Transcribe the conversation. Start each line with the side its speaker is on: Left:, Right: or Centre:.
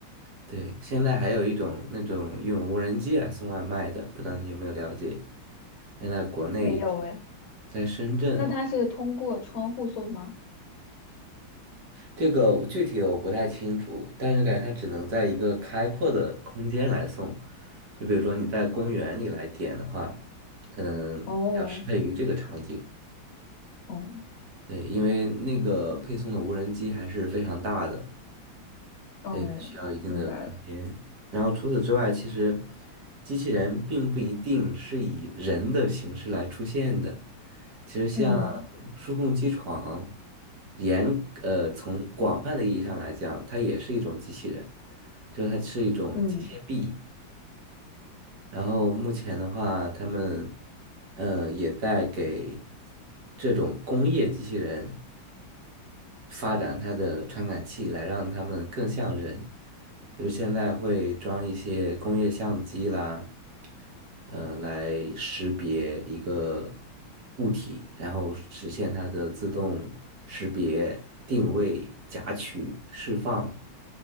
Right: 对，现在还有一种那种用无人机来送外卖的，不知道你有没有了解？现在国内
Left: 没有诶，
Right: 在深圳，
Left: 那它是通过窗户送吗？
Right: 这个我具体的我不太清楚，但是感觉它只能在一个开阔的空间来送，就比如说你在公园里来点的话，可能要适配于这个场景。
Left: 哦，哦，
Right: 对，因为那个配送的无人机还是非常大的，
Left: 哦，
Right: 所以它需要一定的空间。
Left: 明白了。
Right: 然后除此之外，其实机器人并不一定是以人的形式来出现的。其实像
Left: 嗯
Right: 数控机床，严呃从广泛的意义上来讲，它也是一种机器人，就是它是一种机械臂。
Left: 嗯
Right: 然后目前的话，他们嗯、呃也在给这种工业机器人。发展它的传感器，来让它们更像人。就是现在会装一些工业相机啦，呃，来识别一个物体，然后实现它的自动识别、定位、夹取、释放。